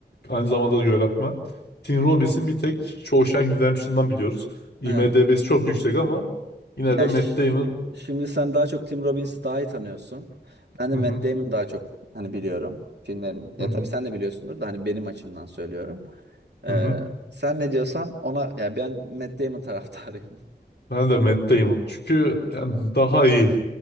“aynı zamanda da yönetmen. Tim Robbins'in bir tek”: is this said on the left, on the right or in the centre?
Left